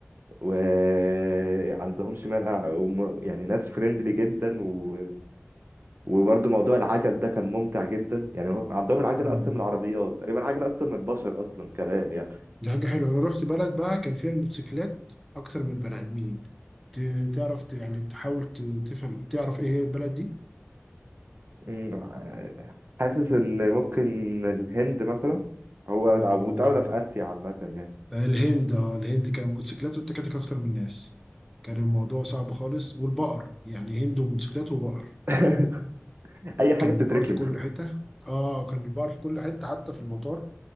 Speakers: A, on the right; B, in the centre.
A: وعندهمش مانع وم- يعني ناس فريندلي جدا و... وبرضه موضوع العجل ده كان ممتع جدا يعني هم عندهم العجل
B: مم.
A: اكتر من العربيات تقريبا العجل اكتر من البشر اصلا كمان يعني
B: دي حاجه حلوه انا رحت بلد بقى كان فيها الموتوسيكلات اكتر من بني ادمين ت- تعرف ت- يعني تحاول ت- تفهم تعرف ايه هي البلد دي
A: أمم، حاسس ان ممكن الهند مثلا هو او
B: آه،
A: دولة في اسيا عامة يعني
B: الهند اه الهند كان الموتوسيكلات والتكاتك اكتر من الناس كان الموضوع صعب خالص والبقر يعني هند وموتوسيكلات وبقر
A: <laughs> اي حاجة
B: كان
A: بتتركب
B: البقر في كل حته اه كان البقر في كل حته حتى في المطار